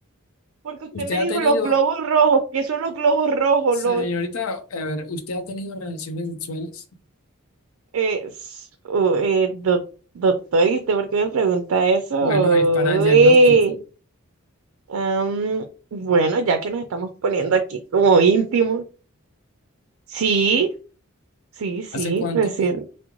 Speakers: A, on the right; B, on the left.
A: Porque usted
B: usted
A: me dijo
B: ha tenido,
A: los globos rojos, ¿qué son los globos rojos?
B: señorita,
A: Los,
B: a ver, usted ha tenido relaciones sexuales.
A: eh, s- u- eh, doc- doctor, ¿y usted por qué me pregunta eso?
B: Bueno, es para el diagnóstico.
A: Uy, am, bueno, ya que nos estamos poniendo aquí como íntimos. Sí, sí, sí,
B: ¿Hace cuánto?
A: recién.